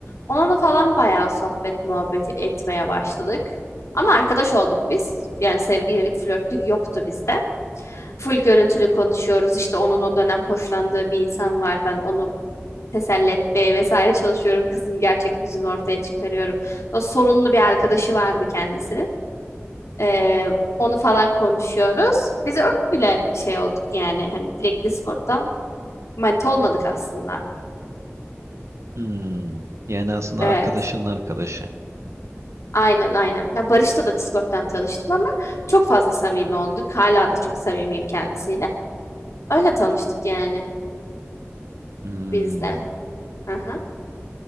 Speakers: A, on the left (about 80°); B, on the right (about 75°).
A: Onunla falan bayağı sohbet muhabbet etmeye başladık. Ama arkadaş olduk biz. Yani sevgililik, flörtlük yoktu bizde. Full görüntülü konuşuyoruz. İşte onun o dönem hoşlandığı bir insan var. Ben onu teselli etmeye vesaire çalışıyorum. Kızın gerçek yüzünü ortaya çıkarıyorum. O sorunlu bir arkadaşı vardı kendisinin. Ee, onu falan konuşuyoruz. Biz öyle şey olduk yani. Hani direkt Discord'dan manita olmadık aslında.
B: Hmm, yani aslında
A: Evet.
B: arkadaşının arkadaşı.
A: Aynen aynen. Ya Barış'la da Discord'dan tanıştım ama çok fazla samimi olduk. Hala da çok samimiyim kendisiyle. Öyle tanıştık yani
B: Hmm.
A: biz de. Hı hı.